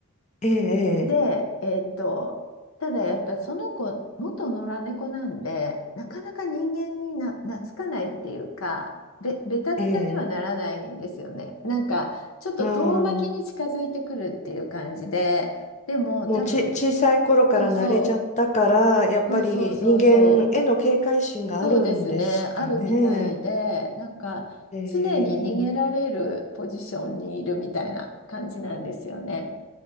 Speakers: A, on the left (about 35°); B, on the left (about 65°).
A: え
B: で、
A: え、
B: えーっと、ただやっぱりその子、元野良猫なんで、なかなか人間にな、懐かないっていうか、べ、ベタベタにはならないんですよね。
A: ええ、
B: なんか、ちょっと遠巻きに近づいてくるっていう感じで、
A: ああー、
B: でも多分、
A: もうち、小さい頃から慣れちゃったから、
B: そうそ
A: やっぱり人間への警戒心があるんですかね。
B: う、そうそうそうそう、そうですね、あるみたいで、なんか、
A: ええ、
B: 常に逃げられるポジションにいるみたいな感じなんですよね。